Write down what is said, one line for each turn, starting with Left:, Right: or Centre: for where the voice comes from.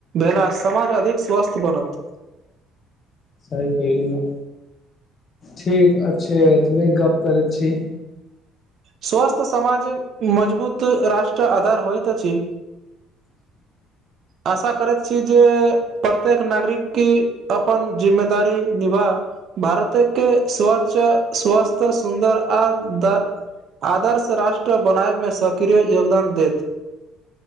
Right: भेलासँ समाज अधिक स्वस्थ बनत।
Left: सही कहलियै, ठीक अछि, तखन गप करैत छी।
Right: स्वस्थ समाज मजबूत राष्ट्रक आधार होइत अछि।
Left: <inaudible>
Right: आशा करैत छी जे। प्रत्येक नागरिककेँ अपन जिम्मेदारी निभा भारत स्वच्छ, स्वस्थ, सुन्दर आ आदर्श राष्ट्र बनाबयमे सक्रिय योगदान दैत अछि।